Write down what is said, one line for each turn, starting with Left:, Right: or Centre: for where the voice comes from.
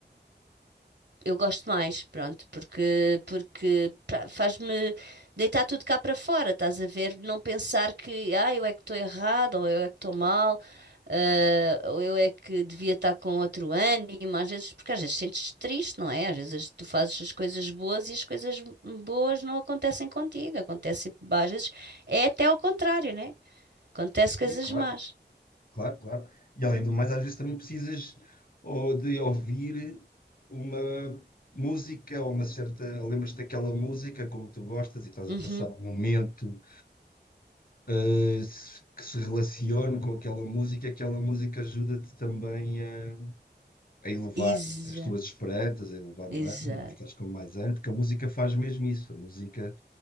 Right: eu gosto mais, pronto, porque, porque pra- faz-me deitar tudo cá para fora, estás a ver? Não pensar que, ah, eu é que estou errado, ou eu é que estou mal, ah, ou eu é que devia estar com outro ânimo, às vezes, porque às vezes sentes triste, não é? Às vezes tu fazes as coisas boas e as coisas boas não acontecem contigo, acontece, às vezes é até ao contrário, né? Acontece coisas
Left: Sim, claro,
Right: más.
Left: claro, claro. E além do mais, às vezes também precisas ou de ouvir uma música ou uma certa. Lembras-te daquela música como tu gostas e estás
Right: Uhum.
Left: a passar um momento eh, se- que se relacione com aquela música, aquela música ajuda-te também a a elevar
Right: Exa,
Left: as tuas esperanças, a elevar
Right: exato.
Left: o ânimo, a ficares com mais ânimo, porque a música faz mesmo isso. A música